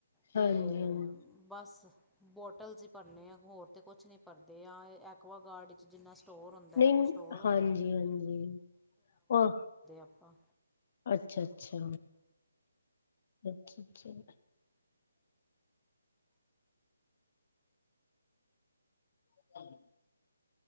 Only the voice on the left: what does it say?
ਹਾਂਜੀ ਹਾਂਜੀ
ਨਹੀਂ
ਹਾਂਜੀ, ਹਾਂਜੀ ਆਹ
ਅੱਛਾ ਅੱਛਾ, ਅੱਛਾ ਅੱਛਾ। <unintelligible>